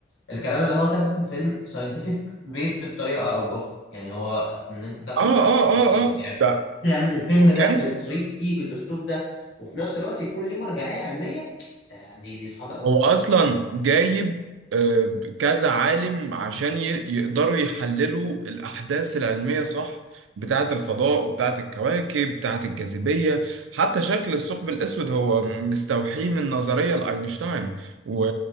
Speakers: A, on the left; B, on the right.
A: الكلام اللي هو كاتبه في الفيلم ساينتفك بيسد بطريقة او باخرى يعني هو ان انت تاخد
B: اه اه
A: سيناريو،
B: اه اه
A: يعني
B: ده
A: تعمل الفيلم
B: وكان
A: ده بالطريقة دي بالاسلوب ده وفي نفس الوقت يكون ليه مرجعية علمية آه، دي دي صعبة قوي
B: هو اصلا جايب آه، كذا عالم عشان ي- يقدروا يحللوا الاحداث العلميه صح بتاعه الفضاء وبتاعه الكواكب بتاعه الجاذبيه حتى شكل الثقب الاسود هو مستوحي من نظريه لاينشتاين و...